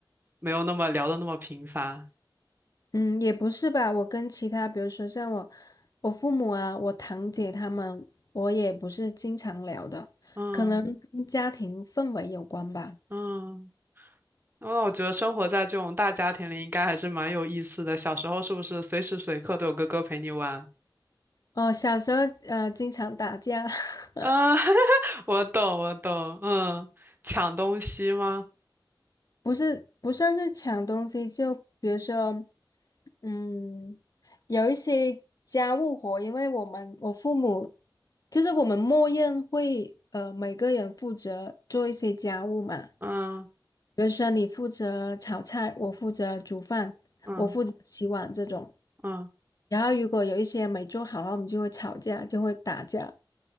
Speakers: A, on the right; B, on the left.
A: 没有那么聊的那么频繁？
B: 嗯，也不是吧，我跟其他，比如说像我，我父母啊，我堂姐他们，我也不是经常聊的，
A: 嗯
B: 可能跟家庭氛围有关吧。
A: 嗯，那我觉得生活在这种大家庭里应该还是蛮有意思的。小时候是不是随时随刻都有哥哥陪你玩？
B: 哦，小时候呃，经常打架。<laughs>
A: 嗯，<laughs> 我懂我懂，嗯，抢东西吗？
B: 不是不算是抢东西，就比如说，嗯，有一些家务活，因为我们我父母就是我们默认会呃每个人负责做一些家务嘛，
A: 嗯
B: 比如说你负责炒菜，我负责煮饭，
A: 嗯
B: 我负责洗碗这种。
A: 嗯，
B: 然后如果有一些没做好，然后我们就会吵架，就会打架。